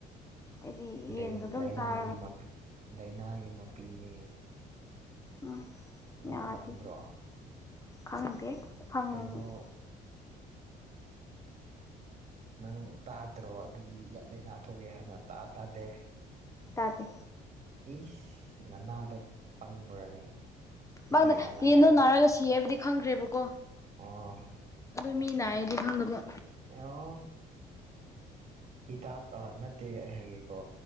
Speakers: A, on the left; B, on the right.
A: ꯑꯩꯗꯤ
B: ꯂꯩ
A: ꯌꯦꯟꯒ ꯑꯗꯨꯝ
B: ꯂꯩꯅꯥꯒꯤ
A: ꯆꯥꯔꯒ
B: ꯃꯄꯤ ꯂꯥꯏꯅꯥꯒꯤ ꯃꯄꯤꯅꯦ
A: ꯎꯝ
B: ꯅꯪ
A: ꯌꯥꯗꯦ
B: ꯈꯪꯗ꯭ꯔꯣ
A: ꯐꯖꯅ ꯈꯪꯗꯦ ꯈꯪꯗꯦ
B: ꯀꯩꯅꯣ ꯅꯪ ꯇꯥꯗ꯭ꯔꯣ ꯑꯗꯨꯒꯤ ꯌꯥꯝ ꯂꯩꯅꯥ ꯊꯣꯛꯑꯦ ꯍꯥꯏꯅ ꯇꯥ ꯇꯥꯗꯦ
A: ꯇꯥꯗꯦ
B: ꯏꯁ ꯅꯅꯥꯗꯣ ꯄꯪꯕ꯭ꯔꯅꯦ ꯃꯤ
A: ꯃꯪꯗ
B: ꯃꯌꯥꯝꯅ
A: ꯌꯦꯟꯗꯣ
B: ꯍꯥꯏꯔꯤꯁꯦ
A: ꯅꯥꯔꯒ ꯁꯤ ꯁꯤ ꯍꯥꯏꯕꯗꯤ ꯈꯪꯗ꯭ꯔꯦꯕꯀꯣ
B: ꯑꯣ
A: ꯑꯗꯨ ꯃꯤ ꯅꯥꯏꯌꯦꯗꯤ ꯈꯪꯗꯕ
B: <unintelligible> <inaudible> ꯍꯤꯗꯥꯛ ꯅꯠꯇꯦ ꯑꯩ ꯍꯥꯏꯒꯦꯀꯣ